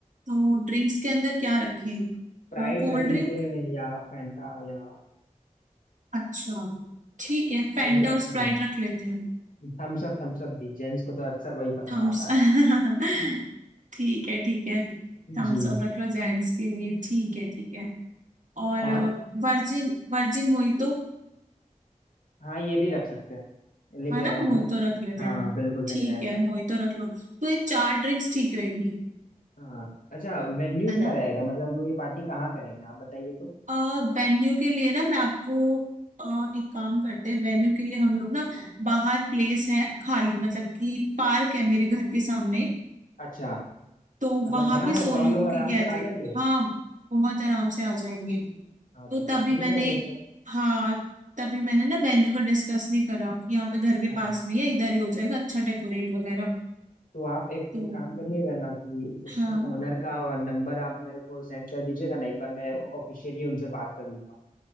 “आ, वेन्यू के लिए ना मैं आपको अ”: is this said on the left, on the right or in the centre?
Right